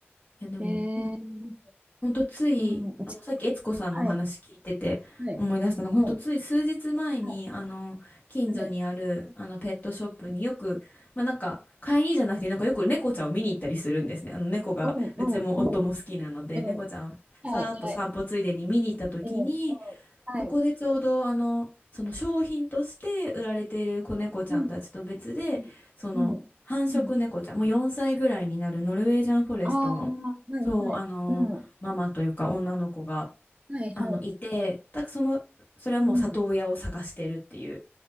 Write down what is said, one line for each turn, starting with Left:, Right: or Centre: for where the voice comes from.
Left: やでも、
Right: え
Left: うん
Right: ー、
Left: ほんとつい、
Right: うん、うち、
Left: あの、さっき悦子さんのお話聞いてて思い出したのが、
Right: はい。はい。はい。
Left: ほんとつい数日前に、
Right: は
Left: あの、近所にある、
Right: い。はい。
Left: あの、ペットショップによく、まあ、なんか、飼いにじゃなくて、なんかよく猫ちゃんを見に行ったりするんですね。あの、猫が、
Right: うんうんうん。
Left: うちも夫も好きなので、
Right: うん。
Left: 猫ちゃんをさーっと散歩ついでに見に行った時に、
Right: はい。はい。うんうん。はい。
Left: そこでちょうどあのその商品として売られている子猫ちゃんたちと別でその繁殖猫ちゃんもう4歳ぐらいになるノルウェージャンフォレストの
Right: うん。うん。うん。うん。ああ、はいはい。
Left: そうあのママというか女の子が
Right: うん。はいはい。
Left: あのいてだそのそれはもう里親を探してるっていう
Right: うん。